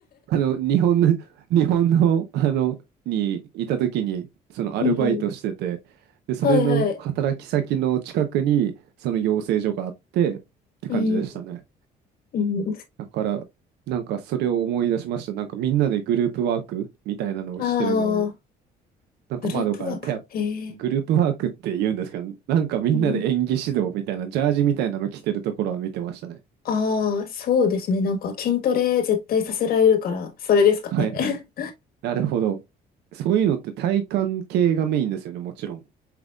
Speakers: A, on the right; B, on the left.
A: あの、日本の、<laughs> 日本の、あの、にいた時に、そのアルバイトしてて、
B: うん。
A: で、それの働き先の近くに、
B: はいはい。
A: その養成所があって、って感じでしたね。
B: うん。うん。
A: だから、なんかそれを思い出しました。なんかみんなでグループワークみたいなのをしてるのを、
B: ああ、
A: なんか窓からペア、
B: グループワーク。へえ。
A: グループワークって言うんですけど、なんかみんなで演技指導みたいな、
B: うん
A: ジャージみたいなの着てるところは見てましたね。
B: ああ、そうですね。なんか筋トレ絶対させられるから、それですかね。
A: はいはい。
B: <laughs>
A: なるほど。そういうのって体幹系がメインですよね、もちろん。